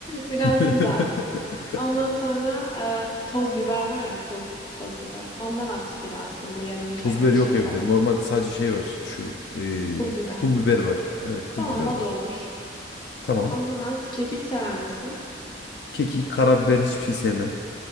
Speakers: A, on the left (about 20°); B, on the left (about 65°).
A: Biraz
B: <laughs>
A: tuz at. Ondan sonra e, toz biber var ya pul toz biber. Ondan at biraz böyle yarım çay
B: Toz
A: kaşığı
B: biber yok evde.
A: falan.
B: Normal sadece şey var. Şu eee,
A: Pul biber
B: pul
A: mi?
B: biber var. Evet pul
A: Tamam
B: biber
A: o
B: var.
A: da olur.
B: Tamam.
A: Ondan at. Kekik sever misin?
B: Kekik, karabiber hiçbir şey sevmem.